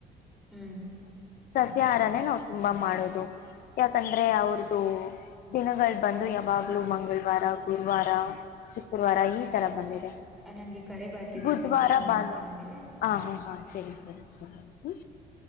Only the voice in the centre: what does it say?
ಹ್ಮ್
ನಂಗೆ ಕರೆ ಬರ್ತಿದೆ
ಇರಿ ಸ್ವಲ್ಪ
ಮಾಡ್ತೀನಿ ಆಮೇಲೆ